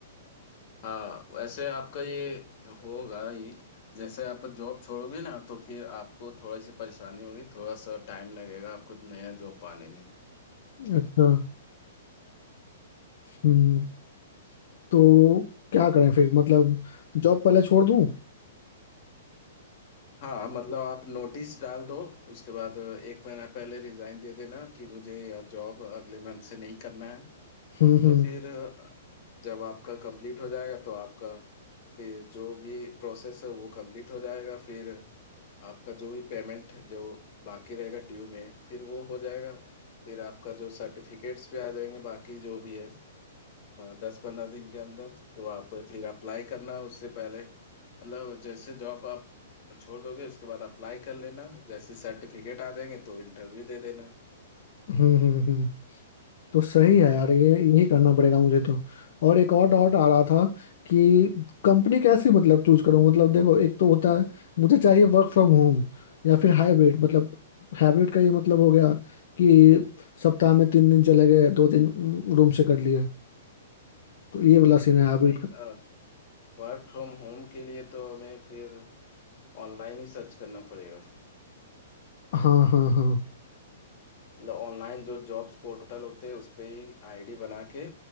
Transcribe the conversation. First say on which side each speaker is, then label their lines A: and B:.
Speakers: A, on the left (about 45°); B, on the left (about 60°).
A: हाँ वैसे आपका ये होगा ये जैसे आप जॉब छोड़ोगे ना तो फिर आपको थोड़ी सी परेशानी होगी थोड़ा सा टाइम लगेगा आपको नया जॉब पाने में
B: अच्छा हम्म तो क्या करें फिर मतलब जॉब पहले छोड़ दूं
A: हाँ मतलब आप नोटिस डाल दो उसके बाद एक महीना पहले रिजाइन दे देना कि मुझे यह जॉब अगले मंथ से नहीं करना है
B: हम्म हम्म
A: तो फिर जब आपका कंप्लीट हो जाएगा तो आपका फिर जो भी प्रोसेस है वो कंप्लीट हो जाएगा फिर आपका जो भी पेमेंट जो बाकी रहेगा ड्यू में फिर वो हो जाएगा फिर आपका जो सर्टिफिकेट्स भी आ जाएंगे बाकी जो भी है दस पंद्रह दिन के अंदर तो आप फिर अप्लाई करना उससे पहले मतलब जैसे जॉब आप छोड़ दोगे उसके बाद अप्लाई कर लेना जैसे सर्टिफिकेट आ जाएंगे तो इंटरव्यू दे देना
B: हम्म हम्म हम्म। तो सही है यार ये यही करना पड़ेगा मुझे तो और एक और डाउट आ रहा था कि कंपनी कैसी मतलब चूज करूं मतलब देखो एक तो होता है मुझे चाहिए वर्क फ्रॉम होम या फिर हाइब्रिड मतलब हाइब्रिड का ये मतलब हो गया कि सप्ताह में तीन दिन चले गए दो दिन रूम से कर लिए तो ये वाला सीन है हाइब्रिड
A: भाई अ,
B: का
A: वर्क फ्रॉम होम के लिए तो हमें फिर ऑनलाइन ही सर्च करना पड़ेगा फिर।
B: हाँ हाँ हाँ
A: मतलब ऑनलाइन जो जॉब्स पोर्टल होते हैं उस पे ही आईडी बना के